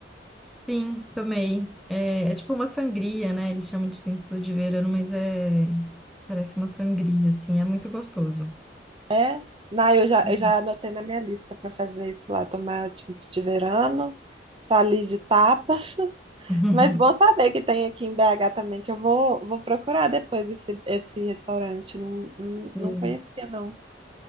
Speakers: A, in the centre; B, on the right.
A: Sim, tomei. É, é tipo uma sangria, né? Eles chamam de sentido de verano, mas é. Parece uma sangria, assim. É muito gostoso.
B: É? Não, eu já,
A: Uhum.
B: eu já anotei na minha lista pra fazer isso lá. Tomar tinta de verano, salis de tapas. <laughs>
A: <laughs>
B: Mas bom saber que tem aqui em BH também, que eu vou, vou procurar depois esse, esse restaurante. Não, não,
A: Sim.
B: não conhecia, não.